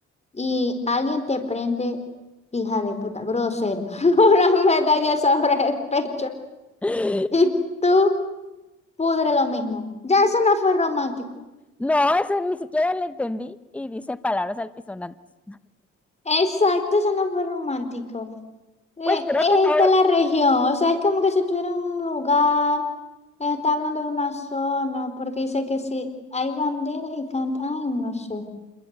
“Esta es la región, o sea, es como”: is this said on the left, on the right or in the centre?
Left